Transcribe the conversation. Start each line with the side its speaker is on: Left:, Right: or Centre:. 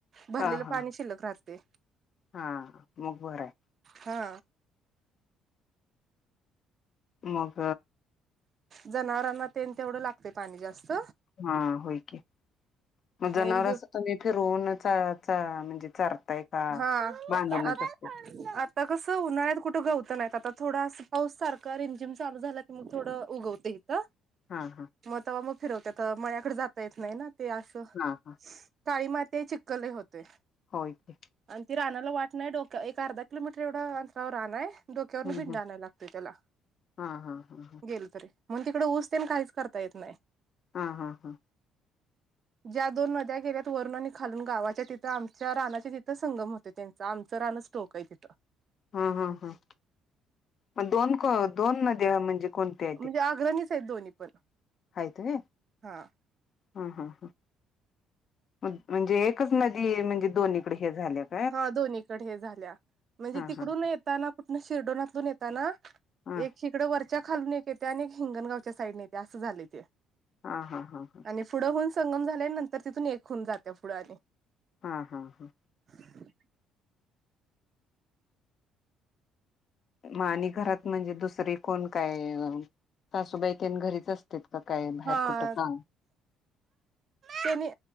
Right: भरलेलं
Left: हा हा
Right: पाणी शिल्लक राहते
Left: हा मग बरं आहे
Right: हा
Left: मग
Right: जनावरांना तेन तेवढं लागते पाणी जास्त
Left: हा होय की मग जनावर
Right: एक दिव
Left: असं तुम्ही फिरवन म्हणजे चारताय का
Right: हा
Left: बांधूनच
Right: आता
Left: असते
Right: आता कस उन्हाळ्यात कुठ गवत नाहीत आता थोडा पाऊस सारखा रिमजिम चालू झाला मग थोड उगवते इथ
Left: हा हा
Right: मग तवा मग फिरवत्यात मळ्याकड जाता येत नाही ना ते मग अस
Left: हा हा
Right: काळी माती आहे चिकल लई होतय.
Left: होय की.
Right: आणि ती रानाला वाट नाही डोक्या एक अर्धा किलोमीटर एवढं अंतरावर रानाय. डोक्यावरन
Left: हम्म
Right: बिंडा
Left: हम्म
Right: आणायला लागतोय त्याला
Left: हा हा हा
Right: गेलो तरी. म्हण तिकड ऊस तेन काहीच करता येत नाही.
Left: हा हा हा.
Right: ज्या दोन नद्या गेल्यात वरून आणि खालून गावाच्या तिथं आम च्या रानाच्या तिथ संगम होते त्यांचं आमच रानच टोक हाय तिथ.
Left: हम्म हम्म हम्म मग दोन के दोन नद्या म्हणजे कोणत्या
Right: म्हणजे आग्रणीच हाईत दोन्ही पण.
Left: हाईत होय
Right: हा
Left: हा हा हा. म्हणजे एकच नदी म्हणजे दोनीकड हे झाल्यात.
Right: हा दोन्हीकड हे झाल्या म्हणजे
Left: हा
Right: तिकडून
Left: हा
Right: येताना कुठन शिरडोनातून येताना --
Left: हा
Right: एक इकड वरच्या खालून एक येत्या आणि एक हिंगणगावच्या साईडन येत्या अस झालय ते.
Left: हा हा हा हा.
Right: आणि पुढं होऊन संगम झालय नंतर तिथून एक होऊन जात्या पुढं आणि
Left: हा हा हां.
Right: <inaudible>
Left: मग आणि घरात म्हणजे दुसरी कोण काय सासूबाई तेन घरीच असत्यात. तितक काय बाहेर
Right: हा
Left: कुठ काम
Right: त्यानी